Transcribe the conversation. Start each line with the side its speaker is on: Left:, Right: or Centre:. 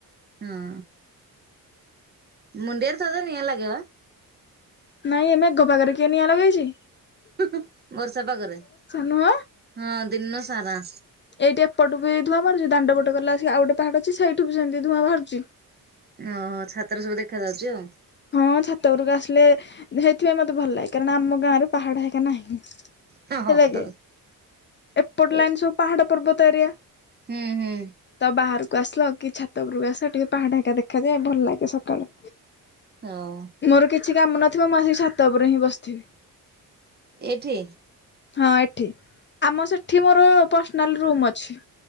Right: ହଁ। ମୁଣ୍ଡିଆରେ ଥରେ ଥରେ ନିଆଁ ଲାଗେ ବା।
Left: ନାଇଁ ଏ ମେଘ ପାଗରେ କିଏ ନିଆଁ ଲଗେଇଚି।
Right: ହୁଁ ହୁଁ ବର୍ଷା ପାଗରେ
Left: ନୁହଁ
Right: ହଁ ଦିନ ସାରା।
Left: ଏଇଠି ଏପଟୁ ବି ଧୂଆଁ ବାହାରୁଚି ଦାଣ୍ଡପଟ ଗଲା ଆସିକି ଆଉ ଗୋଟେ ପାହାଡ ଅଛି ସେଇଠୁ ବି ସେମତି ଧୂଆଁ ବାହାରୁଚି।
Right: ଓହୋ ଛାତରେ ସବୁ ଦେଖାଯାଉଚି ଆଉ।
Left: ହଁ ଛାତ ଉପରକୁ ଆସିଲେ ହେଇଥି ପାଇଁ ମତେ ଭଲଲାଗେ କାରଣ ଆମ ଗାଁରେ ପାହାଡ ହେଇକା ନାହିଁ।
Right: ହଁ ହଁ
Left: ହେଲା
Right: ତ
Left: କି ଏପଟ
Right: ଏ
Left: ଲାଇନ ସବୁ ପାହାଡ ପର୍ବତ ଏରିଆ
Right: ହୁଁ ହୁଁ
Left: ତ ବାହାର ତ ଆସିଲ କି ଛାତ ଉପୁରୁକୁ ଆସ ଟିକେ ପାହାଡ ହେକା ଦେଖାଯାଏ ଭଲଲାଗେ ସକାଳୁ।
Right: ଏଅ
Left: ମୋର କିଛି କାମ ନଥିବ ମୁଁ ଆସିକି ଛାତ ଉପରେ ହିଁ ବସଥିବି।
Right: ଏଇଠି?
Left: ହଁ ଏଠି ଆମ ସେଠି ମୋର ପର୍ସନାଲ୍ ରୁମ୍ ଅଛି।